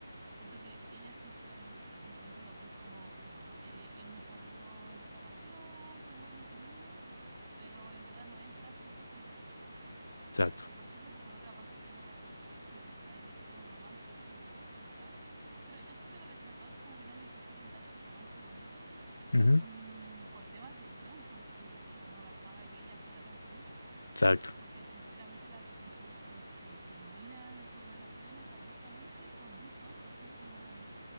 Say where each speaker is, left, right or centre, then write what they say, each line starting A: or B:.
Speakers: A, on the right; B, on the left.
A: Siento que ellas simplemente, simplemente lo ven como, pucha, eh, él me salvó en esta ocasión, ay, qué bueno, qué lindo, pero en verdad no entra 100% en mi vida.
B: Exacto.
A: Y, y, por ejemplo, te- por otra parte tenemos la Charlotte, que de verdad ella quiere un romance como tal. Pero yo siento que a la Charlotte como que no le quisieron dar su romance bonito
B: ujú,
A: mm, por temas de guión, porque pucha, no calzaba que ella fuera tan feliz.
B: Exacto.
A: Porque sinceramente las discusiones por las que terminan sus relaciones abruptamente son muy tontas. Son como,